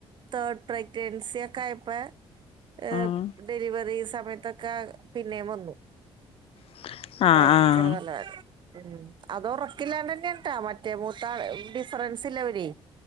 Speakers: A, on the right (about 45°); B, on the left (about 60°).
A: തേഡ് പ്രഗ്നൻസി ഒക്കെ ആയപ്പോ ഹ
B: ഉം
A: ഡെലിവറി സമയത്തൊക്കെ പിന്നേ വന്നു.
B: <inaudible>
A: ഭയങ്കര
B: ആ
A: തലവേദന. ഉം അത് ഉറക്കില്ലാണ്ട്ന്നെട്ടാ മറ്റേ മൂത്താ ഡിഫറൻസ് ഇല്ലവര്.